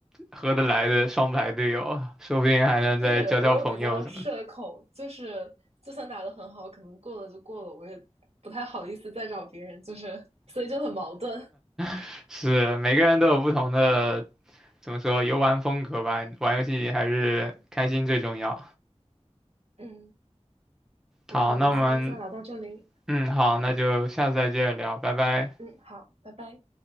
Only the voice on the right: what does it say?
<laughs> 就是我又比较社恐，就是就算打得很好，可能过了就过了，我也不太好意思再找别人，就是所以就很矛盾。
嗯，那我们今天先聊到这里。
嗯，好，拜拜。